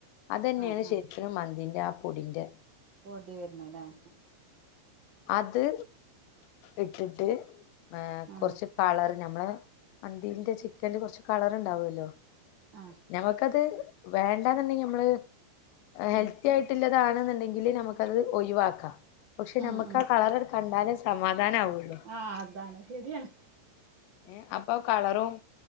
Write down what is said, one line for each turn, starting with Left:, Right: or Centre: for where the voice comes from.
Left: അതന്നെണ്
Right: ആഹ് ആഹ്
Left: ശരിക്ക്നും മന്തിന്റെ ആ പൊടിന്റെ
Right: പൊടി വര്ണലെ ആ
Left: അത് ഇട്ടിട്ട് ഏ
Right: ആഹ്
Left: കൊറച്ച് കളർ നമ്മളെ മന്തിന്റെ ചിക്കന്ല് കൊറച്ച് കളർണ്ടാവല്ലോ.
Right: ആഹ്
Left: ഞമ്മക്കത് വേണ്ടാന്ന്ണ്ടെങ്കി നമ്മള് ഹെൽത്തി
Right: ആഹ്
Left: ആയിട്ടില്ല താണ്ന്ന്ണ്ടെങ്കില് നമുക്കത് ഒഴിവാക്കാം പക്ഷെ
Right: ഉം
Left: നമുക്കാ
Right: ഉം
Left: കളർ കണ്ടാലേ സമാധാനാവുള്ളൂ
Right: ആഹ് അതാണ് ശെരിയാണ്
Left: ഏ അപ്പൊ കളറും